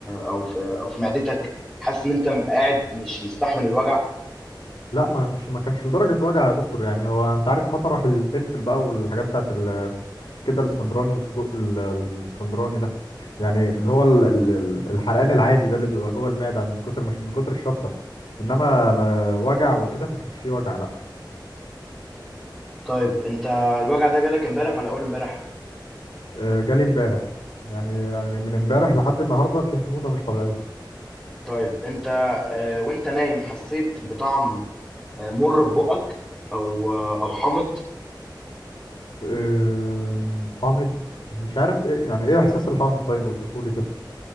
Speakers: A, in the centre; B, on the left (about 70°).
A: او في او في معدتك حاسس ان انت قاعد مش مستحمل الوجع
B: لا ما مش ما كانش لدرجه وجع يا دكتور يعني هو انت عارف مطرح الفلفل بقى والحاجات بتاعت كده الاسكندراني وسجق ال- ال- الاسكندراني ده يعني اللي هو ال- ال- ال- الحرقان العادي ده اللي بيبقى جوه المعده من كتر مش من كتر الشطه انما آه، وجع وكده ما كانش فيه وجع لا
A: طيب انت الوجع ده جالك امبارح ولا اول امبارح
B: آه، جالي امبارح يعني آه، من امبارح لحد النهارده في حموضه مش طبيعيه
A: طيب انت آه، وانت نايم حسيت بطعم آه، مر في بقك او آه، او حامض
B: آه، حامض مش عارف ايه يعني ايه احساس الحامض طيب اوصفه لي كده